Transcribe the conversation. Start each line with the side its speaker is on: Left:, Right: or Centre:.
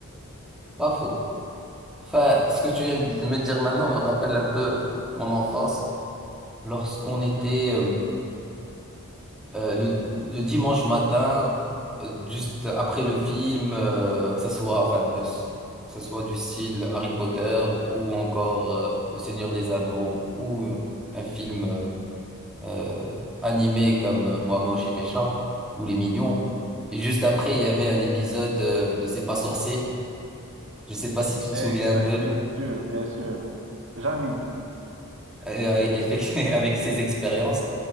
Centre: pas faux. Enfin, ce que tu viens de me dire maintenant me rappelle un peu mon enfance, lorsqu'on était euh, euh, le, le dimanche matin, euh, juste après le film, euh, que ça soit, enfin, le- que ça soit du style Harry Potter ou encore euh, Le Seigneur des Anneaux ou euh, un film euh, euh, animés comme euh, Moi Moche et Méchant ou Les Mignons. Et juste après, il y avait un épisode euh, de C'est pas sorcier. Je sais pas si tu te
Right: Exact,
Centre: souviens un peu
Right: bien sûr, bien sûr. Jamy,
Centre: euh, effect- <laughs> avec ses expériences.